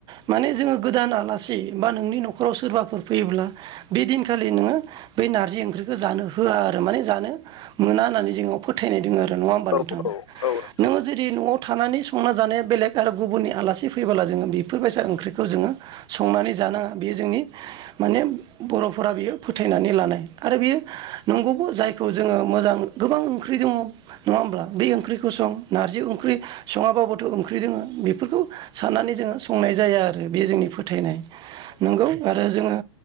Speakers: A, on the right (about 25°); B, on the left (about 70°).
A: माने जोंङो गोदान आलासि बा नोंनि न'खराव सोरबाफोर फैयोब्ला बे दिनखालि नोंङो बै नारजि ओंख्रिखौ जानो होआ आरो माने जानो मोना होननानै जोंनाव फोथायनाय दङ आरो नङा होमबा
B: औ
A: नोंथां?
B: औ नोंथां
A: नोंङो जुदि न'आव थानानै संना जानाया बेलेग आरो गुबुननि आलासि फैबोला जोंङो बेफोरबायसा ओंख्रिखौ जोंङो संनानै जानाङा बेयो जोंनि माने बर'फोरा बियो फोथायनानै लानाय आरो बियो नंगौबो जायखौ जोंङो मोजां गोबां ओंख्रि दङ नङा होमब्ला बे ओंख्रिखौ सं नारजि ओंख्रि सङाबाबो थ' ओंख्रि दोङो बेफोरखौ साननानै जोंङो संनाय जाया आरो बे जोंनि फोथायनाय। नंगौ आरो जोंङो